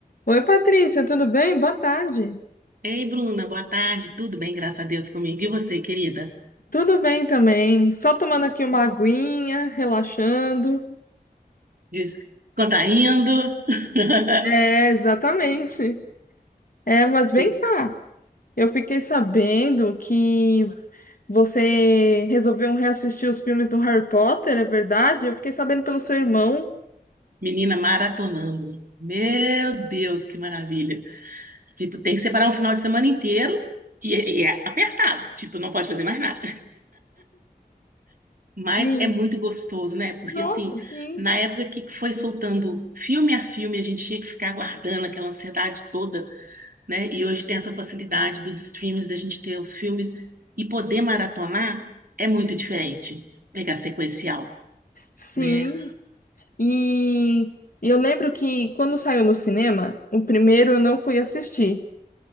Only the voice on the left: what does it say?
Oi, Patrícia, tudo bem? Boa tarde.
Tudo bem também. Só tomando aqui uma aguinha, relaxando.
É, exatamente. É, mas vem
cá. Eu fiquei sabendo que você resolveu reassistir os filmes do Harry Potter, é verdade? Eu fiquei sabendo pelo seu irmão.
E,
nossa,
sim.
Sim.
E eu lembro que quando saiu no cinema, o primeiro eu não fui assistir.